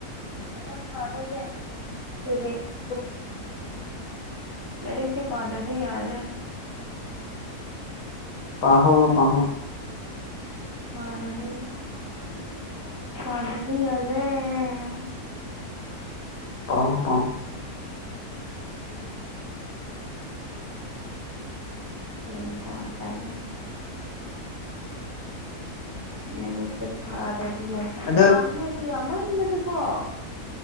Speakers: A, on the right; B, on the left.
A: ꯀꯩꯅꯣꯥꯗ <unintelligible>
B: <unintelligible>
A: ꯂꯥꯏꯔꯤꯛꯁꯦ ꯄꯗꯔ꯭ꯗꯤ ꯌꯥꯔꯦ
B: ꯇꯥꯍꯧꯔꯣꯀꯣ
A: <unintelligible>
B: ꯎꯝ ꯄꯥꯎ ꯄꯥꯎ
A: <unintelligible> ꯃꯦꯟ ꯇꯥꯗꯔꯦ ꯂꯥꯏꯔꯤꯛ ꯁꯦ ꯄꯗꯔꯗꯤ
B: ꯑꯗꯣ
A: ꯄꯥꯅꯤꯡꯉꯥꯏꯁꯦ ꯌꯥꯝꯃꯟꯕꯅꯀꯣ